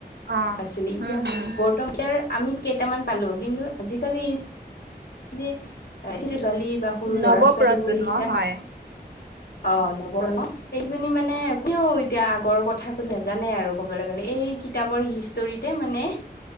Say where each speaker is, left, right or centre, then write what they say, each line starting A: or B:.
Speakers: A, on the right; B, on the left.
A: অ
B: আছিলে এতিয়া
A: হম হম
B: বৰ্তমান ইয়াৰ আমি কেইটামান পালো কিন্তু আজিকালি এই যে ছোৱালী বা সৰু
A: নৱ
B: ল'ৰা-ছোৱালীবোৰ
A: প্ৰজন্ম
B: সেইকেইটাই
A: হয়
B: অ নবৰে ন <unintelligible> এইজনী মানে কিয় এতিয়া আগৰ কথাকো নাজানে আৰু কবলৈ গ'লে এই কিতাপৰ হিষ্ট হিষ্টৰীতে মানে